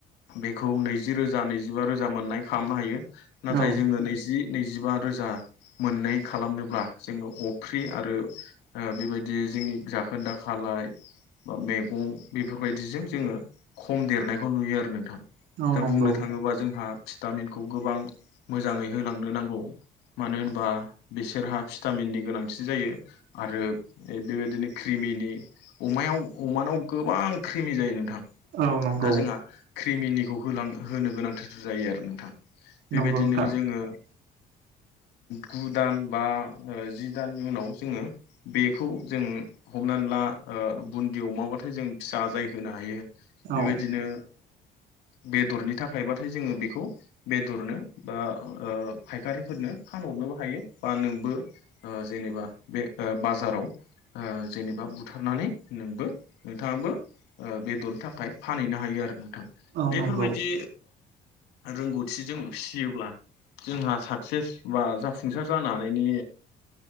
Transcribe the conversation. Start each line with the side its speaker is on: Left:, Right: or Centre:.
Left: बेखौ नैजि रोजा नैजिबा रोजा मोननाय खालामनो हायो नाथाय
Right: औ
Left: जोङो नैजि नैजिबा रोजा। मोनै खालामनोब्ला जोङो अफ्रि आरो बेबायदि जोंनि जाखोनदा खा फाय बा मैगं बेफोरबायदिजों जोङो खम देरनायखौ नुयो आरो नोंथां।
Right: औ
Left: दा
Right: नंगौ
Left: बुंनो थाङोबा जोंहा भिटामिनखौ गोबां मोजाङै होलांनो नांगौ। मानो होनबा बिसोरहा भिटामिननि गोनांथि जायो आरो बेबायदिनो क्रिम नि अमायाव अमानाव गोबां ख्रिमि जायो नोंथां।
Right: औ नंगौ।
Left: दा जोंहा क्रिमिनिखौ होनो गोनांथार जायो आरो नोंथां बेबायदिनो
Right: नंगौ नोंथां
Left: जोङो
Right: <inaudible>
Left: गु दान बा जि दाननि उनाव जोङो बेखौ जों हमनानै खानला बुन्दि अमाब्लाथाय जों फिसा जाय होनो हायो। बेबायदिनो
Right: औ
Left: बेदरनि थाखायबाथाय जोङो बेखौ बेदरनो बा फायखारिफोरनो फानहरनोबो हायो बा नोंबो जेनेबा बे बाजाराव जेनेबा बुथारनानै नोंबो नोंथाङाबो बेदरनि थाखाय फानहैनो हायो आरो नोंथां।
Right: औ
Left: बेफोरबायदि
Right: नंगौ
Left: रोंगौथि बोरथिजों फिसियोब्ला जोंहा साक्सेस बा जाफुंसार ज हानायनि